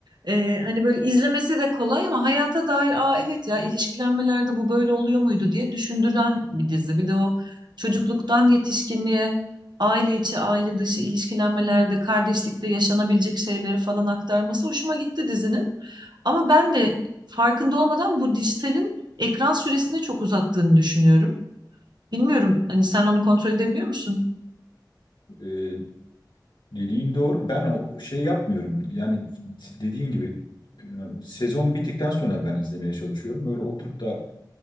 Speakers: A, on the right; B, on the left.
A: Eee, hani böyle izlemesi de kolay ama hayata dair aa evet ya ilişkilenmelerde bu böyle oluyor muydu diye düşündüren bir dizi. Bir de o çocukluktan yetişkinliğe aile içi, aile dışı ilişkilenmelerde, kardeşlikte yaşanabilecek şeyleri falan aktarması hoşuma gitti dizinin. Ama ben de farkında olmadan bu dijitalin ekran süresini çok uzattığını düşünüyorum. Bilmiyorum hani sen onu kontrol edebiliyor musun?
B: E, dediğin doğru. Ben o şey yapmıyorum. Yani dediğin gibi e, sezon bittikten sonra ben izlemeye çalışıyorum. Böyle oturup da